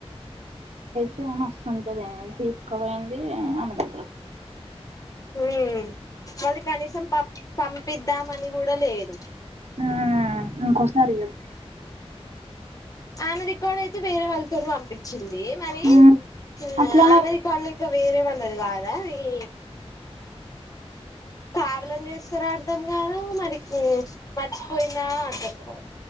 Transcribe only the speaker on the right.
<unintelligible> వస్తూంటదే తీసుకోవయింది ఆమె ద
హమ్ ఇంకోసారి ఇయేదు
హ్మ్. అట్లనే